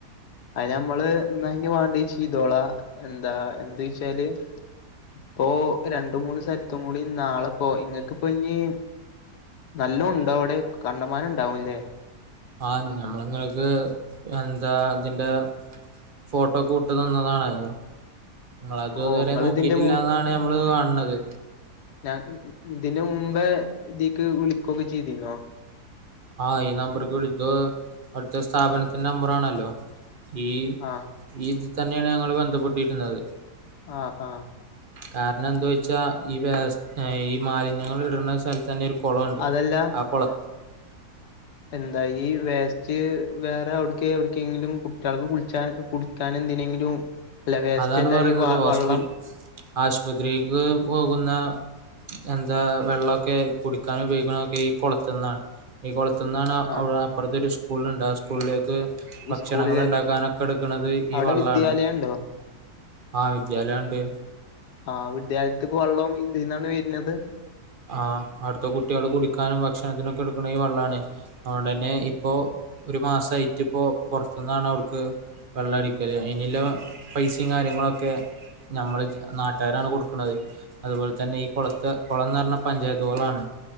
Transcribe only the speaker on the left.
അതിന് നമ്മള് ന്ന വേണ്ടിയെ ചെയ്തോളാ എന്താ എന്ത് വച്ചാല് ഇപ്പോൊ രണ്ടു മൂന്ന് സ്ഥലത്തും കൂടി നാളെ പോ ഇങ്ങക്ക്ിപ്പോ ഇ നല്ല ഉണ്ടാവും അവിടെ കണ്ടമാന ഉണ്ടാവുംല്ലേ
ഓ നിങ്ങൾ
ഇതിന്റെ
ഞാ ഇതിന് മുമ്പേ ഇതീക്ക് വിളിക്കൊക്കെ ചെയ്തിുന്നോ
ആഹ്
ആഹ ആഹ
അതല്ല
എന്താ ഈ വേസ്റ്റ് വേറെ അവിടക്ക് എവിടക്കെങ്കിലും കുട്ടികൾക്ക് കുളിച്ചാ കുടി ക്കാൻ എന്ത െങ്കിലും അല്ല വേസ്റ്റ്
അല്ല
ഈ വ
വെള്ളം
ആ
സ്കൂളില്
അവിടെ
വിദ്യാലയം ഉണ്ടോ
ആഹ വിദ്യാലയത്തിക്ക് വള്ളം ഇതിൽന്നാണ് വരുന്നത്